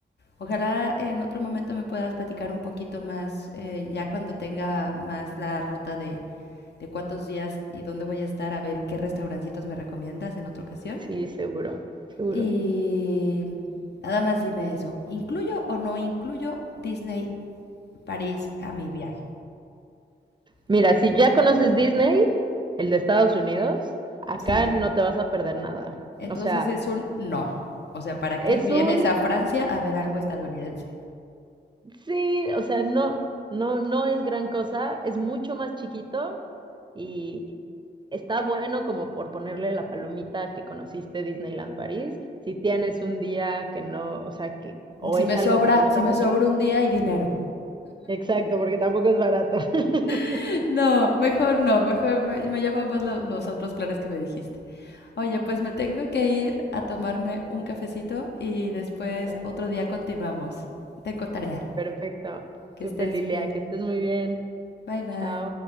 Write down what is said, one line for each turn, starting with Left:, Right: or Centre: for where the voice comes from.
Left: Ojalá en otro momento me puedas platicar un poquito más eh, ya cuando tenga más la ruta de de cuántos días y dónde voy a estar, a ver qué restaurancitos me recomiendas en otra ocasión.
Right: sí, seguro, seguro.
Left: Y nada más dime eso, ¿incluyo o no incluyo Disney París a mi viaje?
Right: Mira,
Left: ¿Tú qué
Right: si
Left: dices?
Right: ya conoces Disney, el de Estados Unidos, acá
Left: Sí,
Right: no te vas a perder nada.
Left: entonces
Right: O sea,
Left: es un no. O sea, ¿para
Right: es
Left: qué vienes
Right: un
Left: a Francia a ver algo estadounidense?
Right: Sí, o sea, no, no, no es gran cosa, es mucho más chiquito y está bueno como por ponerle la palomita que conociste Disneyland París. Si tienes un día que no, o sea, que o
Left: Si
Right: es
Left: me
Right: algo
Left: sobra,
Right: que te gusta
Left: si
Right: mucho.
Left: me sobra un día y dinero.
Right: Exacto, porque tampoco es barato. <laughs>
Left: <laughs> No, mejor no, mejor me, me llaman más lo- los otros planes que me dijiste. Oye, pues me tengo que ir a tomarme un cafecito y después
Right: Vale,
Left: otro día continuamos. Tengo tarea.
Right: perfecto.
Left: Que
Right: Súper
Left: estés
Right: Lilia,
Left: bien.
Right: que estés muy bien.
Left: Bye bye.
Right: Chao.